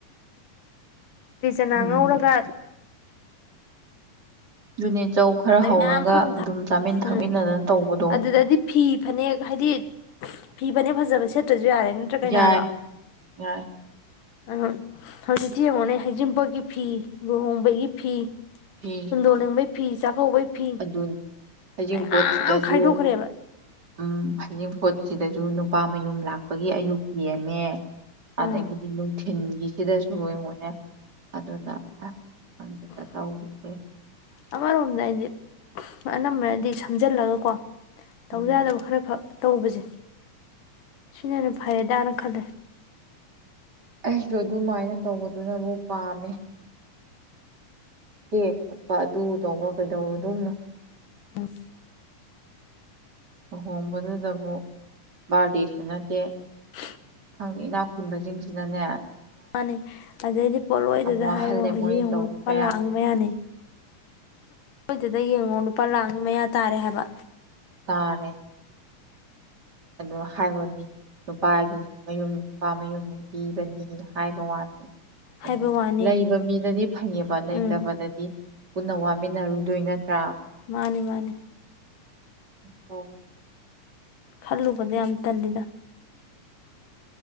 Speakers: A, on the left; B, on the right.
A: ꯔꯤꯖꯅꯥ
B: ꯎꯝ
A: ꯉꯧꯔꯒ
B: ꯑꯗꯨꯨꯅꯦ ꯆꯧ ꯈꯔ
A: ꯂꯩ
B: ꯍꯧꯔꯒ
A: ꯃꯌꯥꯝ ꯐꯛ
B: ꯑꯗꯨꯝ ꯆꯥꯃꯤꯟ
A: ꯎꯝ
B: ꯊꯛꯃꯤꯟꯅꯗꯅ ꯇꯧꯕꯗꯣ
A: ꯑꯗꯨꯗꯗꯤ ꯐꯤ ꯐꯅꯦꯛ ꯍꯥꯏꯗꯤ ꯐꯤ ꯐꯅꯦꯛ ꯐꯖꯕ ꯁꯦꯠꯇ꯭ꯔ ꯌꯥꯔꯦ ꯅꯠꯇ꯭ꯔꯥ ꯀꯅꯥꯗꯣ
B: ꯌꯥꯏ ꯌꯥꯏ
A: ꯑ ꯍꯧꯖꯤꯛꯇꯤ ꯌꯦꯡꯉꯣꯅꯦ ꯍꯩꯖꯤꯤꯡꯕꯒꯤ ꯐꯤ ꯂꯨꯍꯣꯡꯕꯒꯤ ꯐꯤ
B: ꯐꯤ
A: ꯍꯣꯒ ꯄꯁꯥ ꯈ ꯎꯕꯣꯏ ꯐꯤ
B: ꯑꯗꯨꯅꯤ ꯍꯩꯖꯤꯡꯄꯣꯠꯁꯤꯗꯁꯨ
A: ꯃꯌꯥꯝ ꯈꯥꯏꯗꯣꯛꯈ꯭ꯔꯦꯕ
B: ꯎꯝ ꯍꯩꯖꯤꯡꯄꯣꯠ ꯁꯤꯗꯁꯨ ꯅꯨꯄꯥ ꯃꯌꯨꯝ ꯂꯥꯛꯄꯒꯤ ꯑꯌꯨꯛ ꯌꯦꯦꯝꯃꯦ ꯑꯗꯗꯒꯤꯗꯤ
A: ꯑꯥ
B: ꯂꯅꯨꯡ ꯊꯤꯟꯒꯤꯁꯤꯗ ꯂꯉꯣꯅꯦ ꯑꯗꯨꯅ ꯑꯁ
A: <inaudible>
B: ꯇ ꯆꯥꯎꯔꯤꯁꯦ
A: ꯑꯃꯔꯣꯝꯗ ꯑꯩꯗꯤ ꯑꯅꯝꯕꯅꯗꯤ ꯁꯝ ꯁꯤꯖꯤꯜꯂꯒ ꯀꯣ ꯇꯧ
B: ꯎꯝ
A: ꯌꯥꯗꯕ ꯈꯔ ꯈꯛ ꯇꯧꯕꯁꯦ ꯁꯤꯅꯅꯦ ꯐꯔꯦꯗꯥꯅ ꯈꯜꯂꯦ
B: ꯑꯁ ꯌ ꯑꯗꯨꯃꯥꯏꯅ ꯇꯧꯕꯗꯨꯅꯕꯨ ꯄꯥꯝꯃꯦ ꯏꯦꯛ ꯀꯛꯄ ꯑꯗꯨ ꯇꯧꯕ ꯀꯩꯗꯧꯔꯨꯗꯣꯝꯅꯣ
A: ꯎꯝ
B: ꯂꯨꯍꯣꯡꯕꯗꯨꯗꯕꯨꯨꯛ ꯕꯥꯔꯗꯦꯁꯨ ꯅꯠꯇꯦ
A: <inaudible>
B: ꯈꯪꯗꯦ ꯏꯅꯥꯎ ꯈꯨꯨꯟꯕꯁꯤꯡꯁꯤꯅꯅꯦ
A: ꯃꯥꯅꯤ ꯑꯗꯩꯗꯤ ꯄꯣꯠꯂꯣꯏꯗꯨꯗ
B: ꯋꯥꯍꯜꯂꯦ
A: ꯍꯥꯏꯌꯣ ꯍꯧꯖꯤꯛ
B: ꯃꯣꯏꯅ
A: ꯌꯦꯡꯉꯣꯛꯄ
B: ꯇꯧꯔꯤ ꯃꯌꯥꯝ
A: ꯂꯥꯛꯑꯅꯤꯤ ꯃ ꯌꯥꯅꯤ ꯁꯣꯏꯗꯨꯗ ꯌꯦꯡꯉꯣ ꯂꯨꯄꯥ ꯂꯥꯛꯅꯤꯤ ꯃꯌꯥ ꯇꯥꯔꯦ ꯍꯥꯏꯕ
B: ꯇꯥꯔꯦ ꯑꯣ ꯍꯥꯏꯕꯅꯤ ꯅꯨꯄꯥꯒꯤ ꯃꯌꯨꯝ ꯅꯨꯄꯥ ꯃꯌꯨꯝ ꯄꯤꯕꯅꯤ ꯍꯥꯏꯕ ꯋꯥꯅꯤ
A: ꯍꯥꯏꯕ
B: ꯑꯗꯨ
A: ꯋꯥꯅꯤ
B: ꯂꯩꯕ ꯃꯤꯗꯗꯤ ꯐꯩꯌꯦꯕ ꯂꯩꯇꯕꯗꯗꯤ
A: ꯎꯝ
B: ꯄꯨꯟꯅꯧꯃꯤꯟꯅꯔ ꯑꯗꯨꯏ ꯅꯠꯇ꯭ꯔꯥ
A: ꯃꯥꯅꯤ ꯃꯥꯅꯤ
B: ꯇ
A: ꯈꯜꯂꯨꯕꯗ ꯌꯥꯝ ꯇꯜꯂꯤꯗ